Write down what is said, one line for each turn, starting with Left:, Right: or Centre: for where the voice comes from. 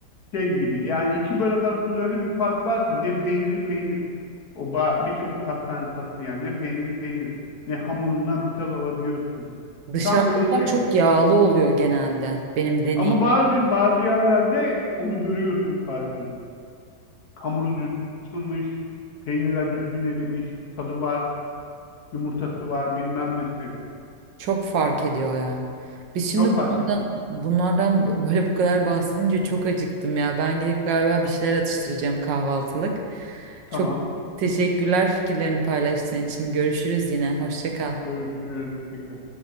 Left: şey gibi. Yani iki börek arasında öyle bir fark var ki ne peyniri peynir. O ba- birçok pastane sattığı yer ne peyniri peynir ne hamurundan bir tad alabiliyorsun.
Right: Dışarıdakiler
Left: Tam böyle şey.
Right: çok yağlı oluyor genelde benim deneyim.
Left: Ama bazı bazı yerlerde onu görüyorsun farkını. Hamuru düzgün açılmış, peynirler düzgün erimiş, tadı var, yumurtası var, bilmem nesi.
Right: Çok fark ediyor ya. Biz şimdi
Left: Çok fark
Right: bunlardan,
Left: ediyor.
Right: bunlardan böyle bu kadar bahsedince çok acıktım ya. Ben gidip galiba bir şeyler atıştıracağım kahvaltılık.
Left: Tamam.
Right: Çok teşekkürler fikirlerini paylaştığın için. Görüşürüz yine. Hoşça kal.
Left: Görüşürüz. Teşekkürler.